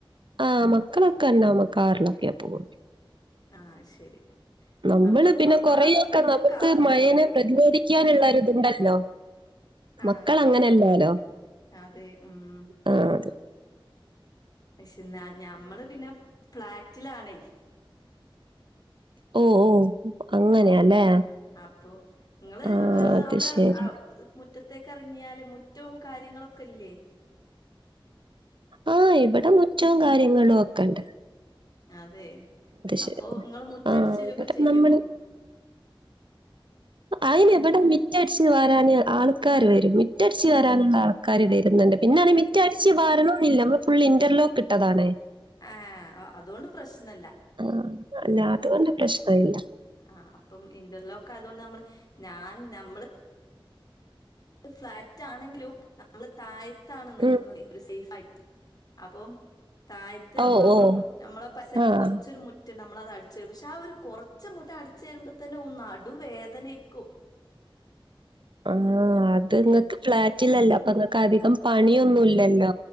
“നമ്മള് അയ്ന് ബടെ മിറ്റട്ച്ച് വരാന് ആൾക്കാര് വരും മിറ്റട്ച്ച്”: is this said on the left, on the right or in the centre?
Right